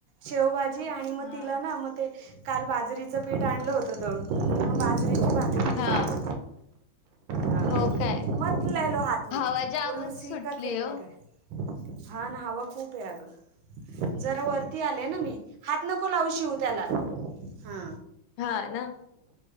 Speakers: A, on the right (about 90°); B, on the left (about 85°).
A: शेवभाजी आणि मग
B: हा
A: तिला ना. मग ते. काल बाजरीचं पीठ आणलं होतं दळून. मग बाजरीची भाकरी
B: हा.
A: दिली हां
B: हो काय.
A: मत लेलो हातथ मे.
B: हवा जामच
A: व लूसी
B: सुटली
A: का खेळने
B: हो
A: का है. हा ना हवा खूप आहे अग. जरा वरती आले ना मी. हात नको लावु. शिव त्याला हा.
B: हा ना